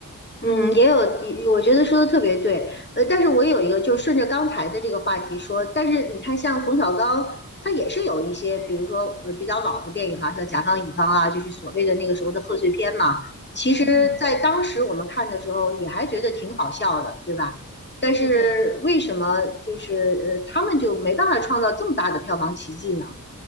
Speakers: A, on the left; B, on the right.
A: 嗯，也有，我觉得说的特别对。呃，但是我有一个，就顺着刚才的这个话题说，但是你看，像冯小刚，他也是有一些，比如说呃比较老的电影哈、像《甲方乙方》啊，就是所谓的那个时候的贺岁片嘛。其实，
B: 嗯嗯，
A: 在当时我们看的时候，也还觉得挺好笑的，对吧？但是为什么就是呃他们就没办法创造这么大的票房奇迹呢？
B: 对对对，